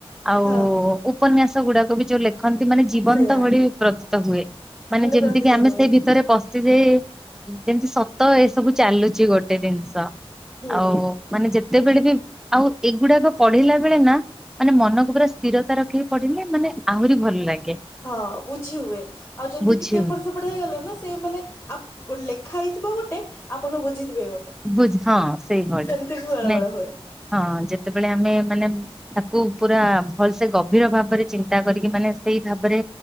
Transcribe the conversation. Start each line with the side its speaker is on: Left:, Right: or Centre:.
Centre: ଆଉ
Left: ହଁ।
Centre: ଉପନ୍ୟାସ ଗୁଡାକ ବି ଯଉ ଲେ ରଖନ୍ତି ମାନେ ଜୀବନ୍ତ
Left: ସେଇୟା
Centre: ଭଳି ପ୍ରତୀତ ହୁଏ ମାନେ ଯେମିତି
Left: ପ୍ରତୀତ
Centre: କି ଆମେ
Left: ହୁଏ
Centre: ସେଇ ଭିତରେ ଯେ ଯେମିତି ସତ ଏସବୁ ଚାଲୁଛି ଗୋଟେ ଜିନିଷ
Left: ହୁଁ
Centre: ଆଉ ମାନେ ଯେତେବେଳେ ବି ଆଉ ଏଗୁଡାକ ପଢିଲା ବେଳେ ନା ମାନେ ମନକୁ ପୁରା ସ୍ଥିରତା ରଖିକି ପଡିଲେ ମାନେ ଆହୁରି ଭଲ ଲାଗେ
Left: ହଁ ବୁଝି ହୁଏ ଆଉ ଯଦି
Centre: ବୁଝି
Left: ଟିକେ ଏପଟେ ସେପଟେ ହେଇଗଲା ନା ସେ ମାନେ ଆ ଲେଖା ହେଇଥିବ ଗୋଟେ ଆପଣ ବୁଝିଥିବେ ଗୋଟେ
Centre: ବୁଝ ହଁ ସେଇଭଳି
Left: ସେମିତି
Centre: ମାନେ
Left: ବି ବେଳେ ବେଳେ ହୁଏ
Centre: ହଁ ଯେତେବେଳେ ଆମେ ମାନେ ତାକୁ ପୁରା ଭଲ ସେ ଗଭୀର ଭାବରେ ଚିନ୍ତା କରିକି ମାନେ ସେଇ ଭାବରେ